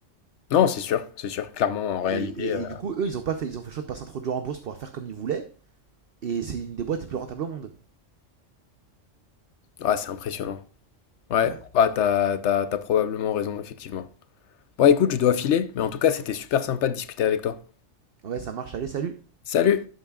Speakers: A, on the left (about 70°); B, on the right (about 55°).
A: Non, c'est sûr, c'est sûr. Clairement, en réalité,
B: Et, et-
A: euh,
B: et du coup, eux, ils ont pas fait, ils ont fait le choix de pas s'introduire en bourse pour faire comme ils voulaient. Et c'est une des boîtes les plus rentables au monde.
A: ouais, c'est impressionnant. Ouais,
B: Ouais,
A: bah, t'as, t'as, t'as probablement raison, effectivement. Bon, écoute, je dois filer, mais en tout cas, c'était super sympa de discuter avec toi.
B: ouais, ça marche. Allez, salut.
A: Salut!